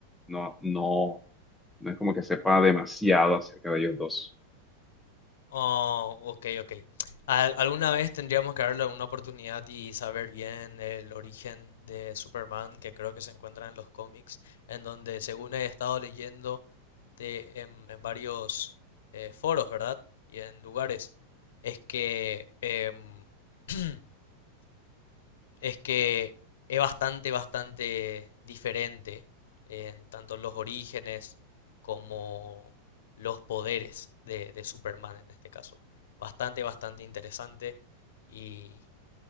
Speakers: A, in the centre; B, on the left.
A: No, no, no es como que sepa demasiado acerca de ellos dos.
B: Oh, ok, ok. Al- alguna vez tendríamos que darle una oportunidad y saber bien el origen de Superman, que creo que se encuentra en los cómics, en donde, según he estado leyendo de- en, en varios eh, foros, ¿verdad? Y en lugares, es que em, <clears throat> es que es bastante, bastante diferente en tanto los orígenes como los poderes de, de Superman en este caso. Bastante, bastante interesante y,